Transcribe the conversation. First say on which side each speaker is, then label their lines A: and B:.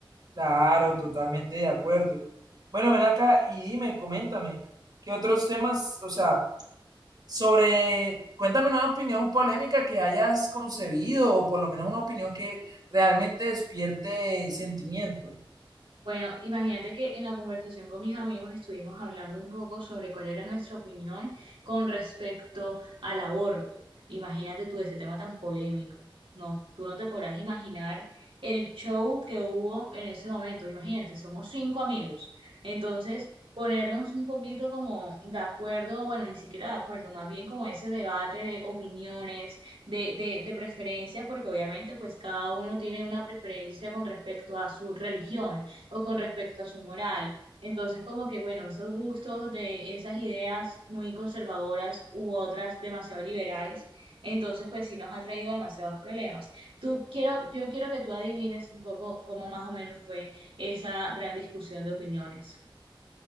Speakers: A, on the right (about 50°); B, on the right (about 85°).
A: Claro, totalmente de acuerdo. Bueno, ven acá y dime, coméntame, ¿qué otros temas, o sea, sobre, cuéntame una opinión polémica que hayas concebido o por lo menos una opinión que realmente despierte sentimiento?
B: Bueno, imagínate que en la conversación con mis amigos estuvimos hablando un poco sobre cuál era nuestra opinión con respecto al aborto. Imagínate tú ese tema tan polémico. No, tú no te podrás imaginar el show que hubo en ese momento. Imagínate, somos cinco amigos. Entonces, ponernos un poquito como de acuerdo, bueno, ni siquiera de acuerdo, más bien como ese debate de opiniones, de, de, de preferencias, porque obviamente pues cada uno tiene una preferencia con respecto a su religión o con respecto a su moral. Entonces, como que, bueno, esos gustos de esas ideas muy conservadoras u otras demasiado liberales, entonces, pues sí nos ha traído demasiados problemas. Tú quiero, yo quiero que tú adivines un poco cómo más o menos fue esa gran discusión de opiniones.